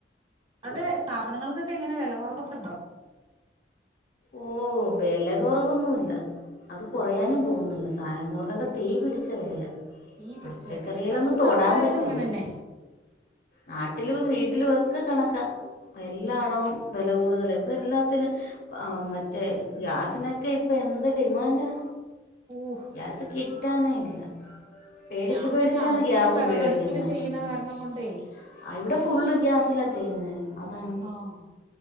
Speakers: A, on the right; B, on the left.
A: അവിടെ സാധനങ്ങൾക്കെക്കെ എങ്ങനെ വെല കൊറവൊക്കെണ്ടോ.
B: ഓഹ് വെലകൊറവൊന്നൂല്ല അത് കൊറയാനും
A: ഉം
B: പോവുന്നില്ല സാനങ്ങൾക്കൊക്കെ തീ പിടിച്ച വെലയാ.
A: തീ പിടിച്ച
B: പച്ചക്കറിയെലൊന്നും
A: വിലേ അതിപ്പോ
B: തൊടാ
A: നാട്ടിലായാലും
B: പറ്റില്ല
A: അങ്ങനെന്നെ
B: ഇവിടായാലും അങ്ങനന്നെ. നാട്ടിലും വീട്ടിലു ഒക്ക കണക്ക എല്ലാടവും.
A: അതെ
B: വെല കൂടുതല പ്പ എല്ലാത്തിന്. ആഹ് മറ്റേ ഗ്യാസിനെക്കെ ഇപ്പ എന്ത് ഡിമാൻഡാ
A: ഓഹ്
B: ഗ്യാസ് കി ട്ടാനെ ഇല്ല പേടിച്ച്
A: ഞാൻ
B: പേടിച്ചാണ്
A: പിന്നെ അധികം
B: ഗ്യാസ്
A: വിറകടുപ്പില്
B: ഉപയോഗിക്കുന്നെ
A: ചെയ്യണ
B: <inaudible>
A: കാരണം കൊണ്ടേ
B: അ ഇവിട ഫുള്ള് ഗ്യാസിലാ ചെയ്യുന്നെ. അതാണ്
A: ആഹ്